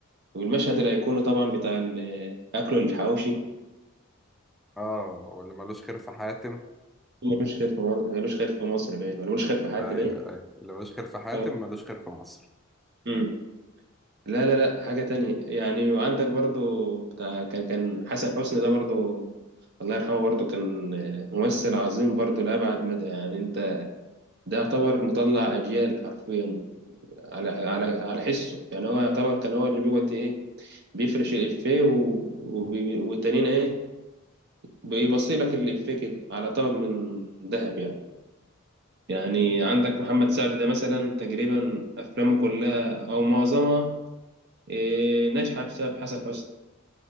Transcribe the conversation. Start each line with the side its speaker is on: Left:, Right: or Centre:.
Right: والمشهد الأيقوني طبعا بتاع ال- أكله الحواوشي
Centre: اه واللي ملوش خير في حاتم
Right: ملوش خير في مصر ملوش خير في مصر باين ولا ملوش خير في حد
Centre: ايوه
Right: باين
Centre: ايوه اللي ملوش خير في حاتم
Right: آه.
Centre: ملوش خير في مصر
Right: مم. لا لا لا حاجة تانية يعني وعندك برضو بتاع كان كان حسن حسني ده برضو الله يرحمه برضو كان آه، ممثل عظيم برضو لأبعد مدى يعني أنت ده يعتبر مطلع أجيال حرفيا على على على حسه يعني هو يعتبر كان هو اللي بيودي إيه بيفرش الإفيه و... وبي- والتانيين إيه بيبصي لك الإفيه كده على طبق من ذهب يعني يعني عندك محمد سعد ده مثلا تقريبا أفلامه كلها أو معظمها إيه، ناجحة بسبب حسن حسني